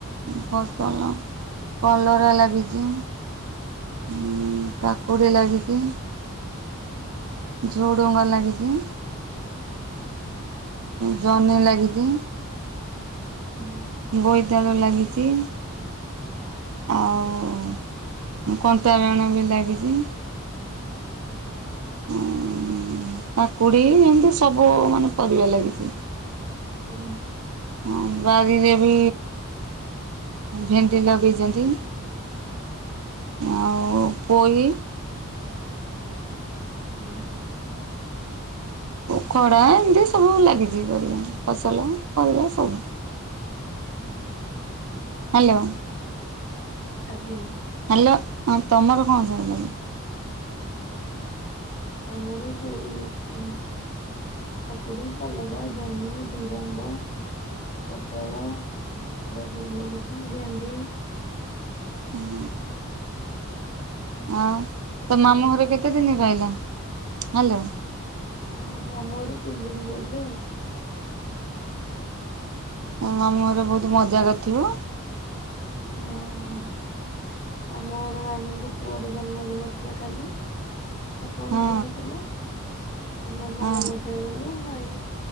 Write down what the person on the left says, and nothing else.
ହୁଁ।
ହଁ।
ହୁଁ।
ଆଜ୍ଞା।
ଆମର ସେଇ ଉ କାକୁଡି, କଲରା, ଜହ୍ନି, ଝୁଡ଼ଙ୍ଗ ପୋଟଳ ଏଗୁରା ସବୁ ଲାଗିଛି ଭେଣ୍ଡି।
ଏଗୁଡା
ସବୁ
ଲାଗିଛି
ଆଉ।
ମୁଁ ମାମୁଁ ଘରେ ତିନି ଦିନ ରହିଲି ଆଉ।
ତିନି
ଦିନ
ହଁ ମାମୁଁ ଘର ମାମୁଁଙ୍କ ପୁଅର ଜନ୍ମଦିନ ଥିଲା କାଲି। ତା ପହର
ଦିନ ଥିଲା ସେଦିନ ଭଲ
ମଜା କଲୁ ମାଇଁ